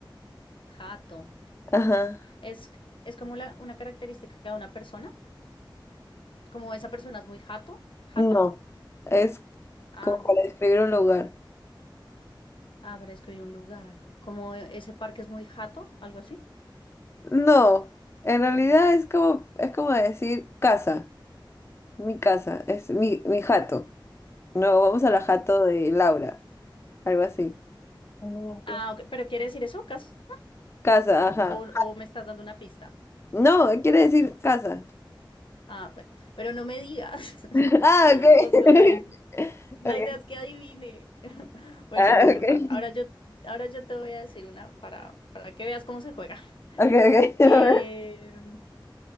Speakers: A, on the left; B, on the left.
A: Jato.
B: Ajá.
A: Es, es como la- una característica de una persona. Como esa persona es muy jato, jata.
B: No, es
A: Ah,
B: como
A: no.
B: para describir un lugar.
A: Ah, para escribir un lugar. Como ese parque es muy jato, algo así.
B: No, en realidad es como, es como decir casa, mi casa, es mi, mi jato. No, vamos a la jato de Laura, algo así. Mm, cos-
A: Ah, ok. ¿Pero quiere decir eso, casa?
B: Casa, ajá.
A: ¿O, o me estás dando una pista?
B: No, quiere decir casa.
A: Ah, bueno. Pero no me digas. <laughs>
B: <laughs> Ah, ok.
A: O sea,
B: <laughs>
A: la
B: Ok.
A: idea es que adivine. <laughs> Bueno,
B: Ah,
A: no importa.
B: ok.
A: Ahora yo, ahora yo te voy a decir una para, para que veas cómo se juega. <laughs>
B: Ok, ok. <laughs> A
A: Eh,
B: ver.